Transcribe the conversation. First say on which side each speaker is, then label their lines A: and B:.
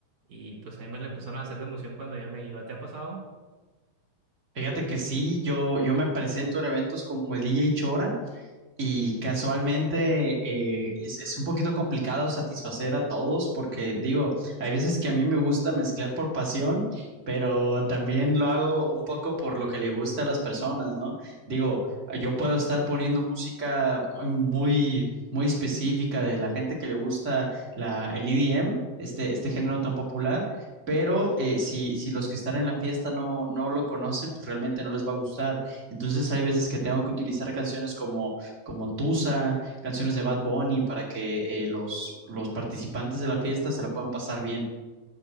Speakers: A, on the right; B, on the right.
A: Y pues a mí me la empezaron a hacer de emoción cuando ya me iba. ¿Te ha pasado?
B: Fíjate que sí, yo, yo me presento en eventos como el DJ Chora, y casualmente eh, es, es un poquito complicado satisfacer a todos porque digo, hay veces que a mí me gusta mezclar por pasión, pero también lo hago un poco por lo que le gusta a las personas, ¿no? Digo, yo puedo estar poniendo música muy, muy específica de la gente que le gusta la, el EDM, este, este género tan popular, pero eh, si, si los que están en la fiesta no, no lo conocen, pues realmente no les va a gustar. Entonces hay veces que tengo que utilizar canciones como como Tusa, canciones de Bad Bunny, para que eh, los, los participantes de la fiesta se la puedan pasar bien.